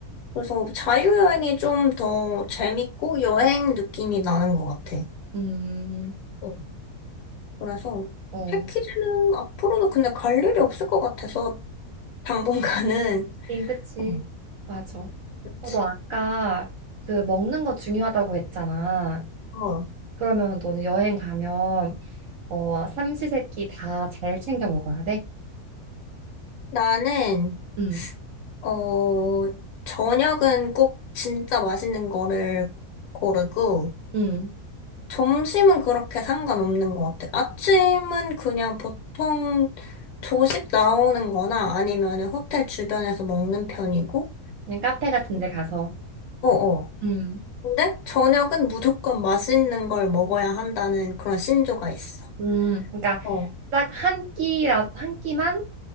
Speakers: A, on the left; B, on the right.
A: 그래서 자유여행이 좀 더 재밌고 여행 느낌이 나는 것 같아.
B: 음,
A: 어. 그래서
B: 어.
A: 패키지는 앞으로도 근데 갈 일이 없을 것 같아서 당분간은.
B: 하긴 그치.
A: 어.
B: 맞아.
A: 그치.
B: 어, 너 아까 그 먹는 거 중요하다고 했잖아.
A: 어.
B: 그러면 너는 여행 가면 어 삼시세끼 다 잘 챙겨 먹어야 돼.
A: 나는
B: 응,
A: 어, 저녁은 꼭 진짜 맛있는 거를 고르고,
B: 응.
A: 점심은 그렇게 상관없는 것 같아요. 아침은 그냥 보통 조식 나오는 거나 아니면 호텔 주변에서 먹는 편이고,
B: 그냥 카페 같은 데 가서.
A: 어어.
B: 응,
A: 근데 저녁은 무조건 맛있는 걸 먹어야 한다는 그런 신조가 있어.
B: 응. 그러니까
A: 어,
B: 딱 한 끼라 한 끼만